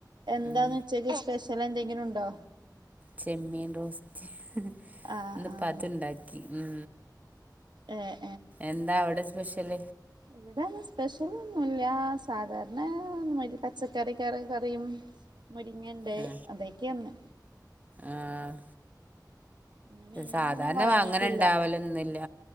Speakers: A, on the right; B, on the right.
A: എന്താന്ന്
B: ഉം.
A: ഉച്ചക്ക് സ്പെഷ് വേറെ എന്തെങ്കിലും ഉണ്ടോ
B: ചെമ്മീൻ റോസ്റ്റ് ഇന്നിപ്പം
A: ആഹ് ആഹ്
B: അതുണ്ടാക്കി മ്
A: ഏഹ്
B: എന്താ അവിടെ സ്പെശി ഇൽ
A: ഇവിടെന് സ്പെഷ്യൽ ഒന്നൂല്ല സാധാരണ പച്ചക്കറി കറി കറിയും മുരിങ്ങ ഇണ്ട്
B: ആ
A: അതൊക്കെ അന്ന്
B: ആ
A: പിന്നെ മീനൊന്നും
B: സാധാരണ
A: വാങ്ങിയിട്ടില്ല
B: വാങ്ങനുണ്ടാവലൊന്നില്ല